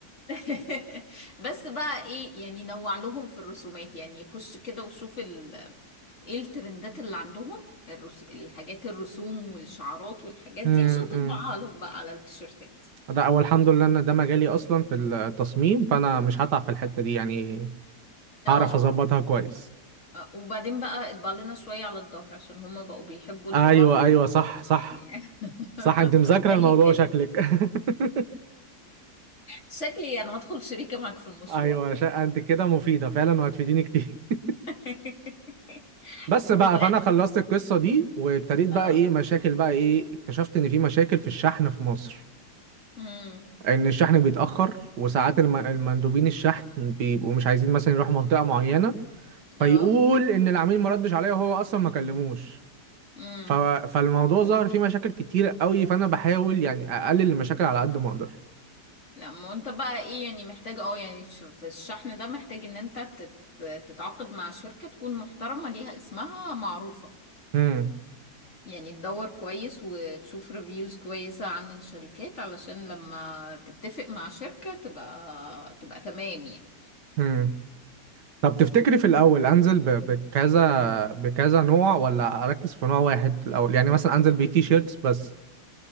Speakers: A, on the left; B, on the right.
A: <laughs> بس بقى ايه يعني نوع لهم في الرسومات يعني خش كده وشوف ايه الترندات اللي عندهم الرس... الحاجات الرسوم والشعارات والحاجات
B: أمم،
A: دي عشان تطبعها
B: أمم.
A: لهم بقى على التيشيرتات
B: ده اول الحمد لله ان ده مجالي اصلا في التصميم فانا مش هتعب في الحتة دي يعني
A: اه
B: هعرف اظبطها كويس
A: آه، وبعدين بقى اطبع لنا شوية على الظهر عشان هما بقوا بيحبوا الطباعة
B: ايوه
A: تبقى
B: ايوه صح
A: خطأ.
B: صح
A: يعني <laughs>
B: صح انت مذاكرة
A: خلي
B: الموضوع
A: بالك
B: شكلك <laughs>
A: شكلي انا هدخل شريكة معك في المشروع
B: ايوه شا... انت كده مفيدة فعلا وهتفيديني كتير <laughs>
A: <laughs>
B: بس بقى
A: طب
B: فانا خلصت القصة دي وابتديت بقى
A: اه
B: ايه مشاكل بقى ايه اكتشفت ان في مشاكل في الشحن في مصر
A: امم
B: ان الشحن بيتاخر وساعات الم- المندوبين الشحن بيبقوا مش عايزين مثلا يروحوا منطقه معينه فيقول
A: اه
B: ان العميل ما ردش عليا وهو اصلا ما كلموش
A: امم
B: ف... فالموضوع ظهر فيه مشاكل كتيره قوي فانا بحاول يعني اقلل المشاكل على قد ما اقدر
A: لا ما انت بقى ايه يعني محتاج اه يعني ش- في الشحن ده محتاج ان انت تت- تتعاقد مع شركة تكون محترمة ليها اسمها معروفة
B: امم
A: يعني تدور كويس وتشوف ريفيوز كويسة عن الشركات علشان لما تتفق مع شركة تبقى تبقى تمام يعني
B: امم طب تفتكري في الاول انزل ب... بكذا بكذا نوع ولا اركز في نوع واحد الاول يعني مثلا انزل بتي شيرتس بس